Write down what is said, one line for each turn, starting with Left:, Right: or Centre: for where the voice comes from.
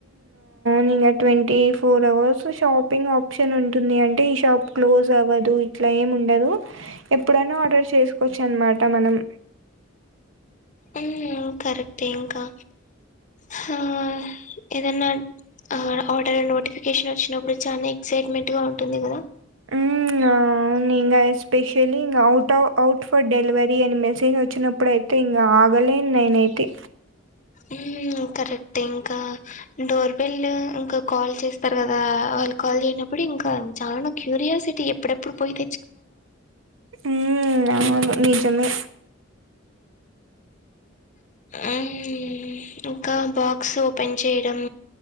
Right: న్ ఇంగ twenty four hours shopping option ఉంటుంది అంటే ఈ షాప్ క్లోజ్ అవ్వదు ఇట్లా ఏం ఉండదు ఎప్పుడైనా ఆర్డర్ చేసుకోవచ్చు అన్మాట మనం
Left: ఉ కరెక్ట్ ఇంకా హా ఏదన్నా ఆ ఆడ ఆర్డర్ నోటిఫికేషన్ వచ్చినప్పుడు చాలా ఎక్సైట్మెంట్ గా ఉంటుంది కదా
Right: ఉ అ అని ఇంగ ఎ స్పెషల్లీ ఇ అఔట్ఫ్ అఔట్ ఫర్ డెలివరీ అని మెసేజ్ వచ్చినప్పుడు అయితే ఇంకా ఆగలే నైన్ ఎయితి
Left: ఉమ్ కరెక్ట్ ఇంకా డోర్ బెల్ ఇంకా కాల్ చేస్తారు కదా వాళ్ళు కాల్ చేయనప్పుడు ఇంకా చాన క్యూ రియాసిటీ ఎప్పుడెప్పుడు పోయితే
Right: ఉ అవును నిజమే
Left: అ ఉమ్ ఇంకా బాక్స్ ఓపెన్ చేయడం